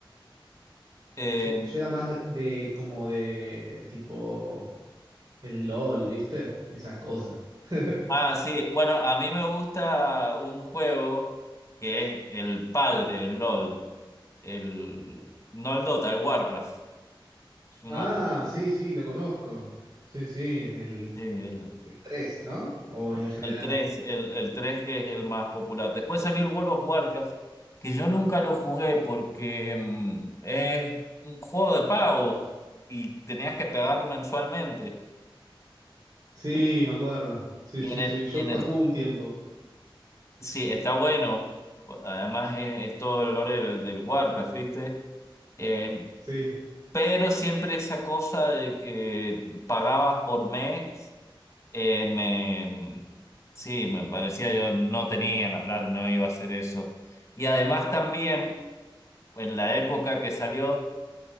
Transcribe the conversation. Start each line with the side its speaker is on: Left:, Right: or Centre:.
Left: eh,
Right: Yo, yo era más de, de como de tipo El LOL, ¿viste? Esas cosas. <laughs>
Left: ah, sí, bueno, a mí me gusta un juego que es el padre, el LOL. El, no el Dota, el Warcraft. Es uno-
Right: Ah, sí, sí, lo conozco. Sí, sí, el
Left: sí, el-
Right: 3, ¿no? O en general.
Left: El tres el, el 3 que es el más popular. Después salió el World of Warcraft, que yo nunca lo jugué porque mm, es un juego de pago y tenías que pagar mensualmente.
Right: Sí, me acuerdo. Sí,
Left: Y
Right: sí,
Left: en el,
Right: sí. Yo
Left: en
Right: pa-
Left: el,
Right: jugué un tiempo.
Left: sí, está bueno. Además es, es todo el lore del, del Warcraft, ¿viste? Eh,
Right: Sí.
Left: pero siempre esa cosa de que pagabas por mes. Eh, me, sí, me parecía yo no tenía la plata, no iba a hacer eso. Y además también, en la época que salió,